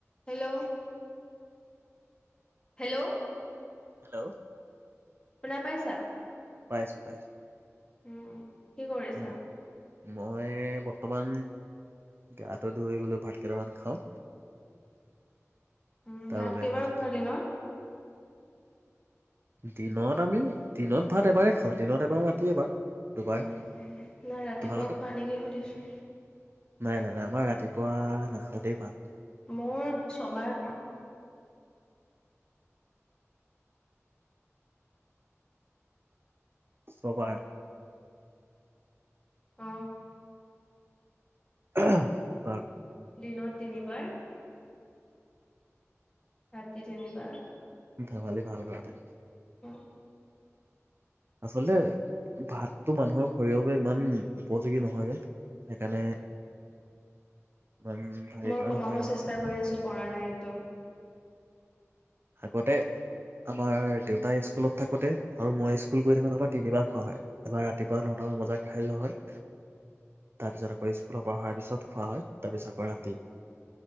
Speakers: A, on the left (about 20°); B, on the right (about 50°).
A: হেল্ল হেল্ল
B: হেল্ল
A: শুনা পাইছা?
B: পাইছো পাইছো।
A: উম কি কৰিছা?
B: উম মই বৰ্তমান গাটো ধুই বোলো, ভাত কেইটামান খাওঁ
A: উম,
B: তাৰ
A: ভাত
B: বাবে
A: কেইবাৰ
B: লৈছিলো
A: খোৱা দিনত
B: দিনত আমি, দিনত ভাত এবাৰেই খাওঁ, দিনত এবাৰ ৰাতি‌ এবাৰ দুবাৰ
A: উহ, নাই ৰাতিপুৱা
B: তোমালোকৰ
A: খোৱা নেকি সুধিছোঁ।
B: নাই নাই নাই, আমাৰ ৰাতিপুৱা নাখাওঁ দেই ভাত
A: মোৰ ছবাৰ খাওঁ।
B: চবাৰ
A: অহ
B: আহ‌ হাহ
A: দিনত তিনিবাৰ ৰাতি তিনিবাৰ
B: ধেমালি ভাল কৰা নাই।
A: অহ
B: আচলতে ভাতটো মানুহৰ শৰীৰৰ বাবে ইমান উপযোগী নহয় যে, সেইকাৰণে ইমান হেৰি
A: মই
B: কৰা
A: কমাব
B: নহয় আৰু
A: চেষ্টা কৰি আছোউ পৰা নাই একদম
B: আগতে আমাৰ দেউতাই স্কুলত থাকোতে আৰু মই স্কুল গৈ থাকোতে আমাৰ তিনিবাৰ খোৱা হয় এবাৰ ৰাতিপুৱা ন মজা খাইলোৱা হয় তাৰ পিছত আকৌ স্কুলৰ পৰা অহাৰ পিছত খোৱা হয় তাৰ পিছৰ ৰাতি